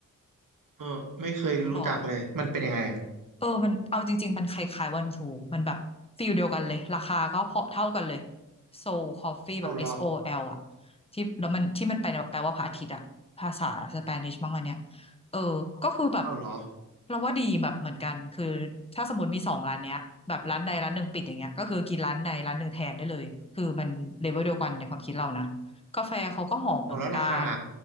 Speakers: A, on the right; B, on the left.
A: เออไม่เคยรู้จักเลยมันเป็นยังไงอะ
B: หรอ เออมันเอาจริงๆมันคล้ายๆวานูทูมันแบบฟีลเดียวกันเลยราคาก็พอเท่ากันเลยโซลคอฟฟี่แบบ
A: เอาเหรอ
B: S O L อแอลอ่ะที่แล้วมันที่มันแปลแปลว่าพระอาทิตย์อ่ะภาษาสเปนิชมั้งอันเนี้ยเออก็คือแบบ
A: เอาเหรอ
B: เราว่าดีแบบเหมือนกันคือถ้าสมมติมีสองร้านเนี้ยแบบร้านใดร้านหนึ่งปิดอย่างเงี้ยก็คือกินร้านใดร้านหนึ่งแทนได้เลยคือมันเลเวลเดียวกันในความคิดเรานะกาแฟเขาก็หอมเหมือนกัน
A: เอาแล้วราคา